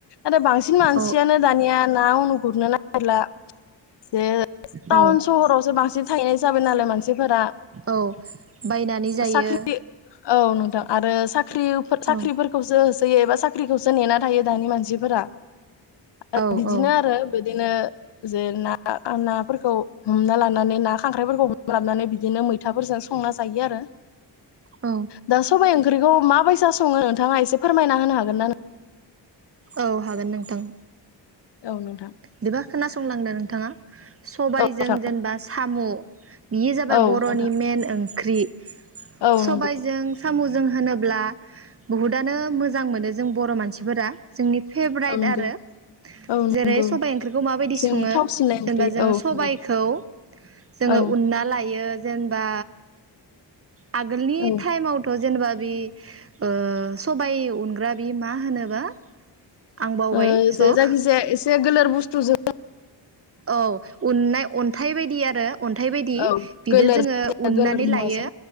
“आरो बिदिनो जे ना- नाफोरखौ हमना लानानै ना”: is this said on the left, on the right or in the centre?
Left